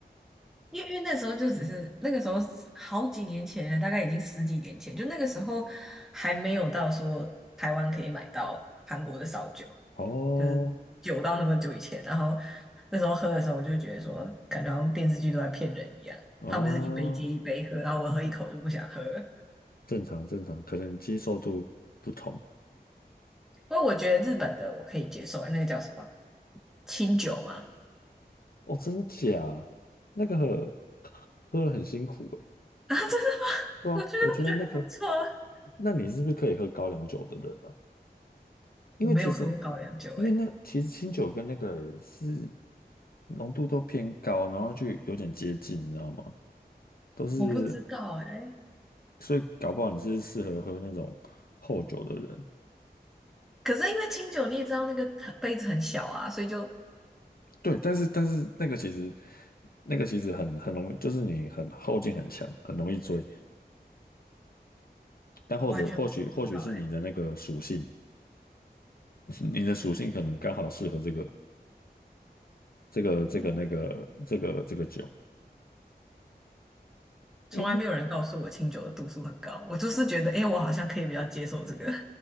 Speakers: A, in the centre; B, on the left.
A: 因为因为那时候就只是那个时候是好几年前了，大概已经十几年前，就那个时候还没有到说台湾可以买到韩国的烧酒，
B: 哦
A: 就是久到那么久以前。然后那时候喝的时候，我就觉得说，感觉好像电视剧都在骗人一样，
B: 哦，
A: 他们是一杯接一杯喝，然后我喝一口就不想喝了。
B: 正常正常，可能接受度不同。
A: 不过我觉得日本的我可以接受，那个叫什么清酒嘛？
B: 哦，真假？那个喝喝了很辛苦诶。
A: <laughs> 啊，真的吗？<laughs>
B: 对啊，
A: 我觉得我觉得还不错啊。
B: 我觉得那个，那你是不是可以喝高粱酒的人啊？因为其实，
A: 我没有喝过高粱酒、
B: 因为那其实清酒跟那个是
A: 欸，
B: 浓度都偏高，然后就有点接近，你知道吗？都是，
A: 我不知道、哎。
B: 所以搞不好你是适合喝那种厚酒的人。
A: 可是因为清酒，你也知道那个很杯子很小啊，所以就
B: 对，但是但是那个其实，那个其实很很容易，就是你很后劲很强，很容易追。但或者或许或许是你的那个属性。
A: 我完全不知道哎、
B: <laughs> 你的属性可能刚好适合这个这个这个那个这个这个酒。
A: 哦，从来没有人告诉我清酒的度数很高，
B: 诶，那
A: 我就是觉得哎、我好像可以比较接受这个。<laughs>